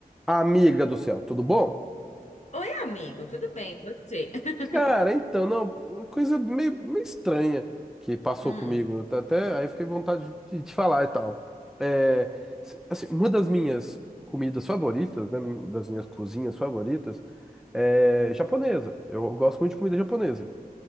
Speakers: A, in the centre; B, on the left.
A: Amiga do céu, tudo bom?
B: Oi, amigo, tudo bem? E Você? <laughs>
A: Cara, então, não, uma coisa meio, meio estranha que passou
B: Hum,
A: comigo. Eu tá Até aí eu fiquei com vontade de te falar e tal. É, se- assim, uma das minhas comidas favoritas, né, das minhas cozinhas favoritas, é japonesa. Eu gosto muito de comida japonesa.